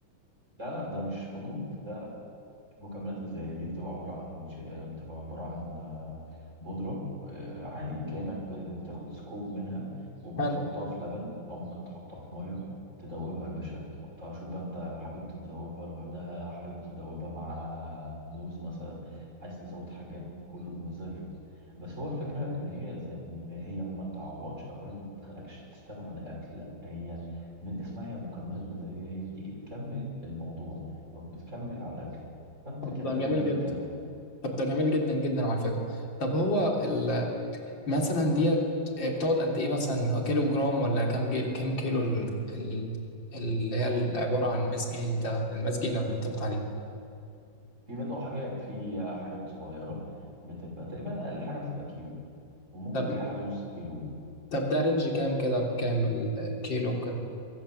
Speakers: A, on the right; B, on the left.
A: لا لا ده مش حبوب مكملات غذائية دي بتبقى عبارة عن ش- بتبقى عبارة عن آه، بودرة آه، عادي كأنك بتاخد سكوب منها وبتحطها
B: حلو
A: في لبن أو ممكن تحطها في مية تدوبها يا باشا تحطها شوف بقى أنت حابب تدوبها لوحدها حابب تدوبها معاها موز مثلا عايز تزود حاجات كله بمزاجك بس هو الفكرة إن هي زي إن هي ما تعوضش أو هي ما تخلكش تستغنى عن الأكل لأ هي من اسمها هي مكملات غذائية هي بتيجي تكمل الموضوع أو بتكمل على الأكل فانت
B: طب
A: كده
B: ده
A: كده
B: جميل
A: لازم
B: جدا
A: تاكل
B: طب ده جميل جدا جدا على فكره طب هو ال- مثلا ديت آه، بتقعد قد ايه مثلا هو كيلو جرام ولا كام كيلو كام كيلو ال- ال- اللي هي ال- عباره عن الماس جين ده الماس جينر اللي انت قلت عليه
A: في منه حاجه في حاجات صغيره بتبقى تقريبا اقل حاجه بتبقى كيلو وممكن
B: طب
A: تلاقي حاجه نص كيلو برضه.
B: طب ده رينج كام كده بكام الكيلو كده